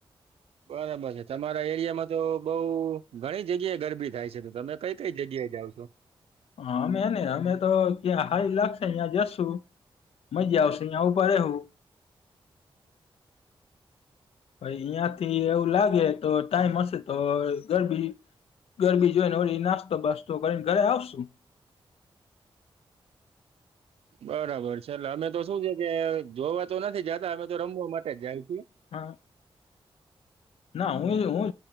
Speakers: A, on the right; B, on the left.
A: બરાબર છે તમારા એરિયામાં તો બહુ ઘણી જગ્યાએ ગરબી થાય છે તો તમે કઈ કઈ જગ્યાએ જાવ છો.
B: અમે ને અમે તો ક્યાં હારી લાગશે યાં જશુ મજા આવશે યા ઉભા રેહુ ભાઈ અહિયાંથી એવું લાગે તો ટાઈમ હશે તો ગરબી ગરબી જોઈ ને વળી નાસ્તો બાસતો કરીને ઘરે આવશું-
A: બરાબર છે લાં અમે તો શું છે કે જોવા તો નથી જતા અમે તો રમવા માટે જ જાય છીએ.
B: હા. ના હું હું